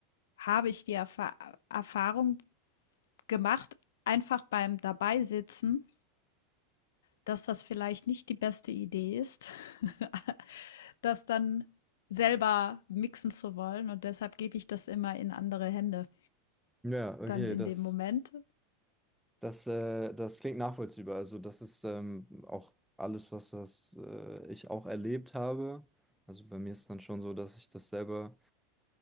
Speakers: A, on the left; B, in the centre.
A: habe ich die Erfa Erfahrung gemacht, einfach beim Dabeisitzen, dass das vielleicht nicht die beste Idee ist, <laughs> das dann selber mixen zu wollen. Und deshalb gebe ich das immer in andere Hände
B: Ja, okay,
A: dann in
B: das,
A: dem Moment.
B: das, äh, das klingt nachvollziehbar. Also das ist ähm, auch alles, was, was äh, ich auch erlebt habe. Also bei mir ist dann schon so, dass ich das selber